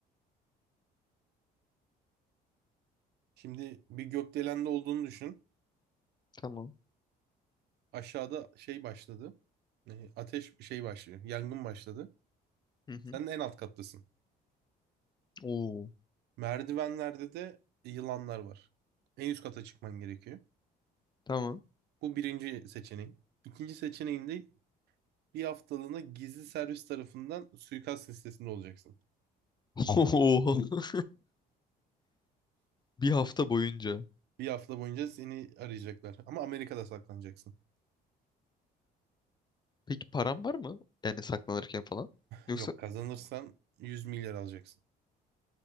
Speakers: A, on the right (about 75°); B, on the left (about 25°).
A: Şimdi bir gökdelende olduğunu düşün.
B: Tamam.
A: Aşağıda şey başladı. E, Ateş şey başlıyor. Yangın başladı.
B: Hı hı.
A: Sen de en alt kattasın.
B: Oo.
A: Merdivenlerde de yılanlar var. En üst kata çıkman gerekiyor.
B: Tamam.
A: Bu birinci seçeneğin. İkinci seçeneğinde bir haftalığına gizli servis tarafından suikast listesinde olacaksın.
B: <laughs> Oo. Bir hafta boyunca.
A: Bir hafta boyunca seni arayacaklar. Ama Amerika'da saklanacaksın.
B: Peki param var mı? Yani saklanırken falan. Yoksa
A: Yok kazanırsan 100 milyar alacaksın.